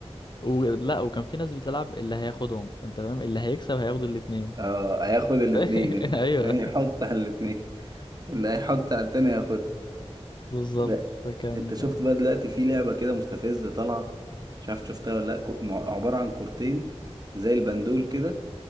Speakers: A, on the left; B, on the right.
A: و... لا وكان في ناس بتلعب اللي هياخدهم انت فاهم اللي هيكسب هياخد الاتنين
B: اه هياخد الاتنين
A: <laughs>
B: اللي
A: ايوه
B: هيحط على الاتنين اللي هيحط على التاني هياخدها
A: بالظبط
B: لا
A: فكان
B: انت شفت بقى دلوقتي في لعبة كده مستفزة طالعة مش عارف شفتها ولا لا كو- مع- عبارة عن كورتين زي البندول كده